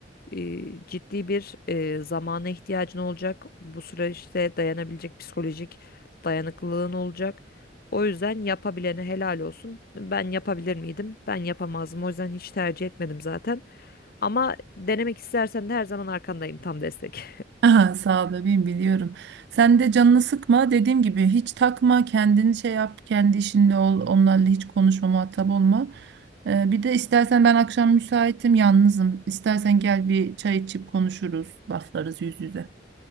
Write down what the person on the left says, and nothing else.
e, ciddi bir e, zamana ihtiyacın olacak. Bu süreçte dayanabilecek psikolojik dayanıklılığın olacak. O yüzden yapabilene helal olsun. Ben yapabilir miydim? Ben yapamazdım. O yüzden hiç tercih etmedim zaten. Ama denemek istersen de her zaman arkandayım tam destek.